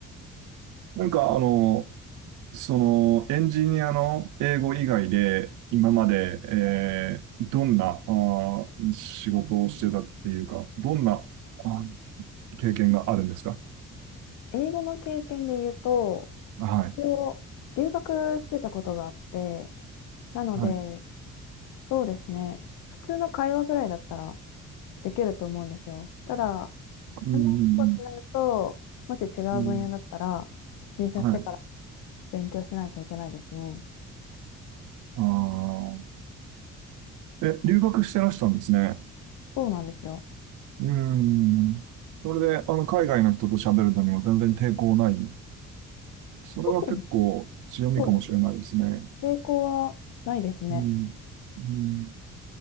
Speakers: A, on the right; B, on the left.
A: なんか、あの、その、エンジニアの英語以外で、今まで、えー、どんな、あー、仕事をしてたっていうか、どんな、あ、経験があるんですか
B: 英語の経験で言うと、
A: はい。
B: 一応留学してたことがあって、なので、
A: はい。
B: そうですね。普通の会話ぐらいだったらできると思うんですよ。ただ、
A: うん、
B: 専門用語ってなると、
A: うん、
B: もし違う分野だったら、
A: うん。うん
B: 入社してから
A: はい。
B: 勉強しないといけないですね。
A: ああ。え、
B: あ
A: 留学してらしたんですね。
B: そうなんですよ。
A: うん。それで、あの、海外の人と喋るのにも全然抵抗ない。それは結構強みかもしれないですね。
B: 特にそうですね。抵抗はないですね。
A: うん。うん。